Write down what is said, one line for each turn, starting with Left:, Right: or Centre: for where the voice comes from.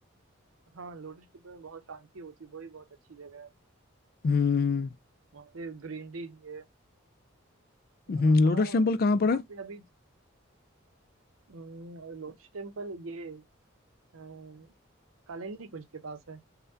Right: हाँ लोटस टेम्पल में बहुत शांति होती है वो भी बहुत अच्छी जगह है
Left: हम्म
Right: वहाँ पे ग्रीनरी भी है अ,
Left: हम्म हम्म।
Right: हाँ
Left: लोटस टेम्पल कहाँ
Right: वहाँ
Left: पर है
Right: पे अभी अम, लोटस टेम्पल ये अ, कालिंदी कुंज के पास है